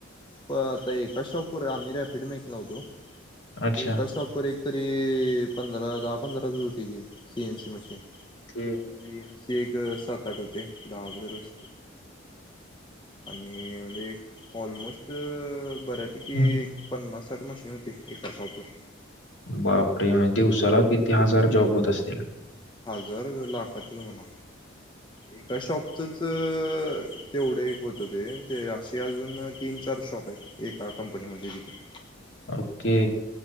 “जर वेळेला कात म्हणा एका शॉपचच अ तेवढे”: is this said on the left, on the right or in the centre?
Left